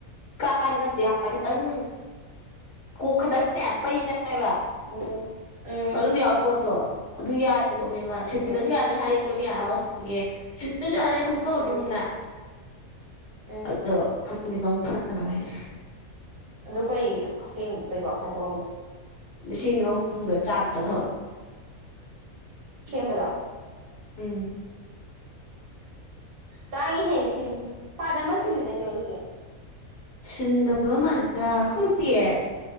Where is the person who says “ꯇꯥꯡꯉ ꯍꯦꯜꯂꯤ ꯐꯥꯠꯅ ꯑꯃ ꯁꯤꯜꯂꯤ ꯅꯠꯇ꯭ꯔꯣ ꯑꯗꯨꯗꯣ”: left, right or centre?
Right